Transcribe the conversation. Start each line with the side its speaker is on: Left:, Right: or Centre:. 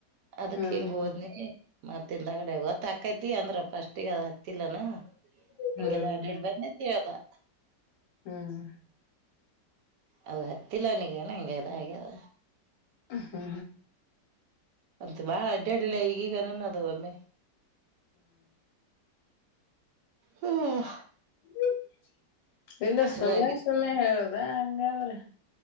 Right: ಅದಕ
Left: ಹ್ಮ್
Right: ಹಿಂಗ ಹೋದ್ನಿ ಮತ್ತ ಹಿಂದಾಗಡೆ ಗೋತ್ತ ಆಕೈತಿ ಅಂದ್ರ ಫಸ್ಟಗಿ ಅದ ಹತ್ತಿಲ್ಲನ ಹಿಂಗೆಲ್ಲ
Left: ಹ್ಮ್
Right: ಅಡ್ಯಾಡ ಬಂದನ್ ಅಂತ್ ಹೇಳದಾ
Left: ಹ್ಮ್
Right: ಅದು ಹತ್ತಿಲ್ಲ ಅವನಿಗೆನ ಹಂಗೆ ಆ್ಯಗೇದ
Left: ಹ್ಮ
Right: ಅಂತ ಬಾಳ ಅಡ್ಡಾಡ್ಡಿಲ್ಲ ಈಗೀಗ ಅನ್ನಾನ ಅದ ಒಮ್ಮೆ
Left: ಹ
Right: ಹ್ಮ್
Left: ಇಲ್ಲ ಸುಮ್ಮೆ
Right: ಇದಾಗ್ಯದ
Left: ಸುಮ್ಮೆ ಹೇಳುದ ಹಂಗಾದ್ರೆ